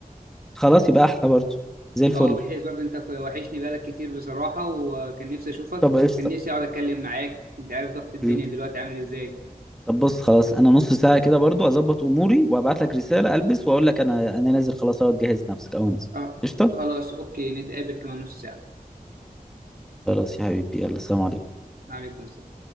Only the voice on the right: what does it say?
اه بحيث برضو انت كو- وحشني بالك كتير بصراحة وكان نفسي اشوفك
كان نفسي اقعد اتكلم معاك انت عارف ضغط الدنيا
دلوقتي عامل ازاي
اه
خلاص اوكي نتقابل كمان نص ساعة
عليكم السلام